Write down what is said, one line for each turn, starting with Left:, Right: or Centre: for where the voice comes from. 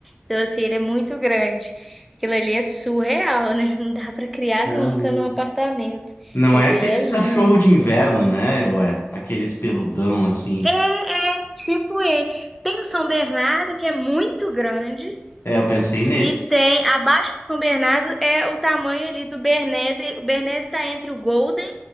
Centre: Então, assim, ele é muito grande. Aquilo ali é surreal, né? <laughs> Não dá para criar
Left: Caramba.
Centre: nunca num apartamento.
Left: Não
Centre: Mas
Left: é aqueles
Centre: ele é lindo.
Left: cachorro de inverno, né? Ué, aqueles peludão assim.
Centre: É, é, tipo ele. Tem o São Bernardo, que é muito grande,
Left: É, eu pensei nesse.
Centre: E tem, abaixo de São Bernardo é o tamanho ali do Bernese. O Bernese está entre o Golden